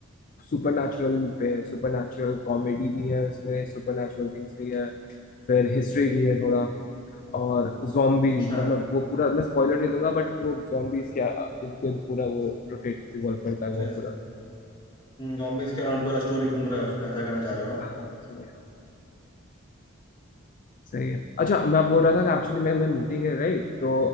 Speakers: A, on the left (about 40°); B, on the left (about 25°).
A: सुपर नेचुरल पे है सुपर नेचुरल कॉमेडी भी है उसमें सुपर नेचुरल थिंग्स भी है फिर हिस्ट्री भी है थोड़ा और zombies
B: अच्छा
A: मतलब वो पूरा मैं स्पॉइलर नहीं दूंगा बट वो zombies क्या इनके पूरा वो रोटेट रिवॉल्व करता है
B: अच्छा
A: वो पूरा
B: जॉम्बीज के अराउंड पूरा स्टोरी घूम रहा है उसका ऐसा कहना चाह रहे हो आप
A: हाँ ये है सही है अच्छा मैं बोल रहा था कि एक्चुअली मैं मैं मीटिंग है राइट तो